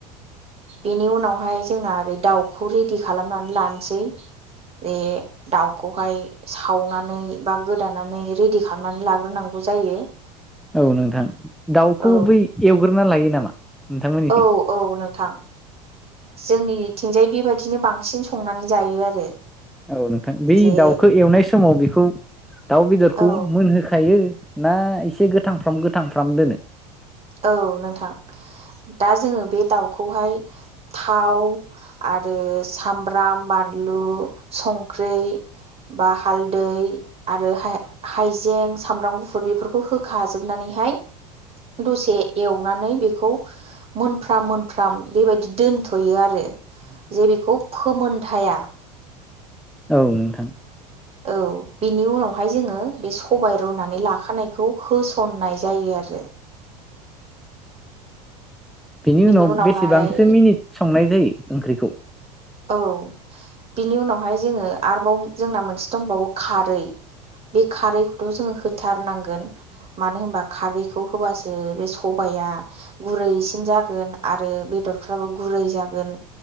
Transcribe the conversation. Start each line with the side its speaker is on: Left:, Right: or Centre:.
Right: बेनि उनावहाय जोंना ओरै दाउखौ रेडि खालामनानै लानोसै। बे दाउखौहाय सावनानै बा गोदानानै रेडि खालामनानै लाग्रोनांगौ जायो।
Centre: औ नोंथां दाउखौ
Right: औ
Centre: बै एवग्रोना लायो नामा नोंथांमोननिथिं?
Right: औ औ नोंथां जोंनिथिंजाय बेबायदिनो बांसिन संनानै जायो आरो।
Centre: औ नोंथां बे
Right: जे
Centre: दाउखौ एवनाय समाव बेखौ दाउ बेदरखौ
Right: औ
Centre: मोनहोखायो। ना एसे गोथांफ्राम गोथांफ्राम दोनो?
Right: औ नोंथां दा जोङो बे दाउखौहाय थाव आरो सामब्राम बानलु संख्रि बा हालदै आरो हाइ हाइजें सामब्राम गुफुर बेफोरखौ होखाजोबनानैहाय दसे एवनानै बेखौ मोनफ्राम मोनफ्राम बेबायदि दोनथ'यो आरो। जे बेखौ फोमोनथाया
Centre: औ नोंथां।
Right: औ बेनि उनावहाय जोङो बे सबाय रुनानै लाखानायखौ होसननाय जायो आरो।
Centre: बेनि
Right: बिनि
Centre: उनाव
Right: उनावहाय
Centre: बेसेबांसो मिनिट संनाय जायो ओंख्रिखौ।
Right: औ बिनि उनावहाय जोङो आरोबाव जोंना मोनसे दंबावो खारै। बे खारैखौथ' जोंङो होथारनांगोन मानो होनबा खारैखौ होबासो बे सबाइया या गुरैसिन जागोन आरो बेदरफ्राबो गुरै जागोन